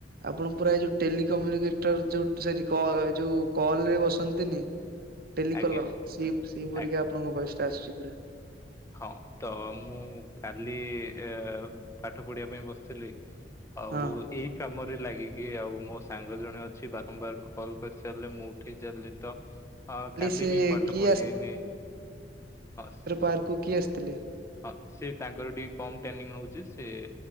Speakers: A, on the right (about 55°); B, on the left (about 15°).
A: ଆପଣ ପୁରା ଏ ଯେଉଁ ଟେଲିିକମ୍ୟୁନିକେଟର୍ ଯେଉଁ ସରି କ ଯେଉଁ କଲ ରେ ବସନ୍ତିନି। ଟେଲିକଲର
B: ଆଜ୍ଞା
A: ସେ ସେଇପରିକ
B: ଆଜ୍ଞା।
A: ଆପଣଙ୍କ ଭଏସ ଟା ଆସୁଛି ପୁରା।
B: ହଁ ତ ମୁଁ କାଲି ଏ ପାଠ ପଢିବା ପାଇଁ ବସିଥିଲି। ଆଉ
A: ହଁ
B: ଏଇ କାମରେ ଲାଗିକି ଆଉ ମୋ ସାଙ୍ଗ ଜଣେ ଅଛି ବାରମ୍ବାର କଲ୍ କରିଚାଲିଲେ ମୁଁ ଉଠେଇ ଚାଲିଲି ତ କାଲି
A: ସେ
B: ବି ପାଠ
A: କିଏ
B: ପଢିନି ହସ
A: ପାର୍କୁ କିଏ ଆସିଥିଲେ?
B: ହଁ ସେ ତାଙ୍କର ଟିକେ କମ୍ ଟ୍ରେନିଂ ନଉଛି ସେ